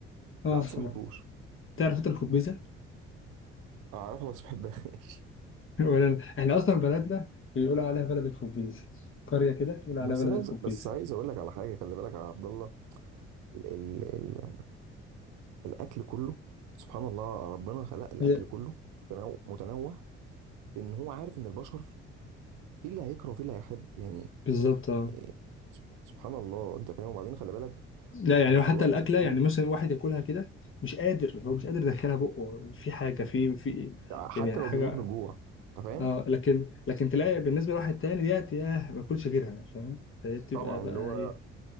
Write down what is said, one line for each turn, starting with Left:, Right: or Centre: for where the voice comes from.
Left: اه
Right: العدس
Left: طبعا
Right: ما بحبوش
Left: تعرف انت الخبيزه
Right: اعرفها بس ما بحبهاش
Left: ولا أنا. احنا اصلا بلدنا بيقولوا عليها بلد الخبيز قريه كده
Right: <laughs>
Left: بيقولوا عليها
Right: بس
Left: بلد
Right: انا
Left: الخبيز
Right: عايز- بس عايز اقول لك على حاجه خلي بالك يا عبد الله ال ال ال الاكل كله سبحان الله ربنا خلق الاكل
Left: هي
Right: كله متنوع متنوع لان هو عارف ان البشر في اللي هيكره وفي اللي هيحب يعني
Left: بالظبط اه
Right: إيه، سبح- سبحان الله انت فاهم وبعدين خلي بالك
Left: لا يعني
Right: مع
Left: حتى
Right: الوقت
Left: الاكله
Right: كتير
Left: يعني مثلا واحد ياكلها كده مش قادر هو مش قادر يدخلها بقه في حاجه في في
Right: حتى
Left: يعني
Right: لو
Left: حاجه
Right: بيموت من جوع انت فاهم
Left: اه لكن لكن تلاقي بالنسبه لواحد تاني ديت ياه ما اكلش غيرها يعني فاهم فهي بتبقى
Right: طبعا اللي
Left: بقى
Right: هو
Left: ايه